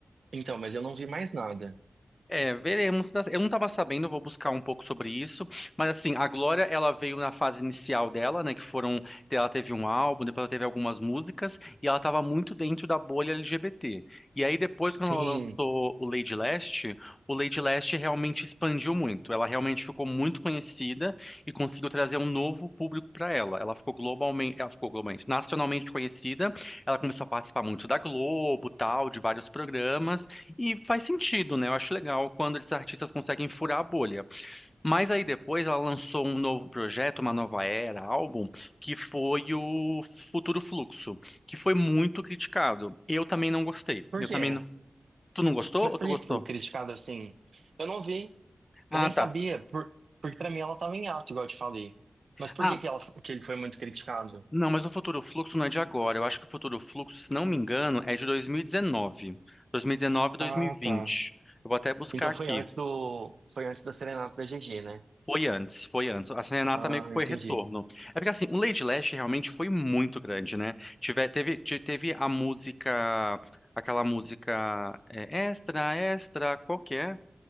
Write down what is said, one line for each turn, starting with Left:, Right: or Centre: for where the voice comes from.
Right: então, mas eu não vi mais nada.
Left: É, veremos. né, Eu não estava sabendo, vou buscar um pouco sobre isso. Mas assim, a Glória, ela veio na fase inicial dela, né? Que foram, ela teve um álbum, depois ela teve algumas músicas e ela estava muito dentro da bolha LGBT. E aí depois, quando
Right: Sim.
Left: ela lançou o Lady Leste, o Lady Leste realmente expandiu muito. Ela realmente ficou muito conhecida e conseguiu trazer um novo público para ela. Ela ficou globalmente, ela ficou globalmente, nacionalmente conhecida. Ela começou a participar muito da Globo, tal, de vários programas. E faz sentido, né? Eu acho legal quando esses artistas conseguem furar a bolha. Mas aí depois ela lançou um novo projeto, uma nova era, álbum, que foi o Futuro Fluxo, que foi muito criticado. Eu também não gostei.
Right: Por
Left: Eu
Right: quê?
Left: também não... Tu não gostou
Right: Mas
Left: ou
Right: por
Left: tu
Right: que
Left: gostou?
Right: que foi criticado assim? Eu não vi,
Left: Ah,
Right: eu nem sabia,
Left: tá.
Right: por, porque pra mim ela tava em ato, igual eu te falei. Mas por
Left: Ah,
Right: que que ela, que ele foi muito criticado?
Left: não, mas o Futuro Fluxo não é de agora. Eu acho que o Futuro Fluxo, se não me engano, é de 2019. 2019, 2020.
Right: Ah, tá.
Left: Eu vou até buscar
Right: Então
Left: aqui.
Right: foi antes do, foi antes da serenata da GG, né?
Left: Foi antes, foi antes. A Serenata
Right: Ah,
Left: meio que foi
Right: entendi.
Left: retorno. É porque assim, o Lady Lash realmente foi muito grande, né? Tiver, teve, te- teve a música, aquela música é, extra, extra, qualquer,